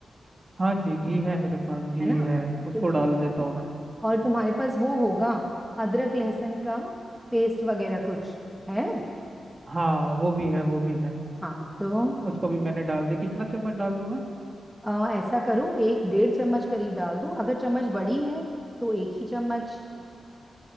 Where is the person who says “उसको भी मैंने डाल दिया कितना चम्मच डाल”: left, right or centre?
Right